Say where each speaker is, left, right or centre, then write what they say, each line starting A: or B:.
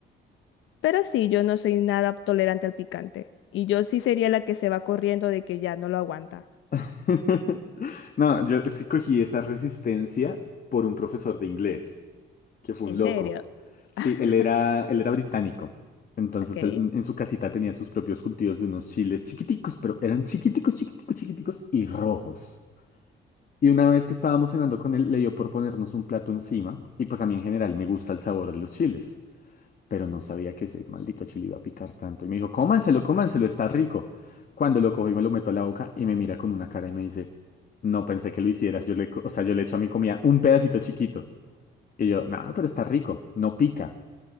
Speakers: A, on the left; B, on the left.
A: <clears throat> Pero sí, yo no soy nada tolerante al picante, y yo sí sería la que se va corriendo de que ya no lo aguanta.
B: <laughs>
A: <laughs> Ujú.
B: No, yo es que cogí esa resistencia por un profesor de inglés, que fue
A: ¿En
B: un loco.
A: serio?
B: Sí,
A: <laughs>
B: él era, él era británico. Entonces
A: Ok.
B: él en su casita tenía sus propios cultivos de unos chiles chiquiticos, pero eran chiquiticos, chiquiticos, chiquiticos y rojos. Y una vez que estábamos cenando con él, le dio por ponernos un plato encima, y pues a mí en general me gusta el sabor de los chiles, pero no sabía que ese maldito chile iba a picar tanto. Y me dijo, cómanselo, cómanselo, está rico. Cuando lo cojo y me lo meto a la boca y me mira con una cara y me dice, no pensé que lo hicieras, yo le, co- o sea, yo le echo a mi comida un pedacito chiquito. Y yo, nada, pero está rico, no pica.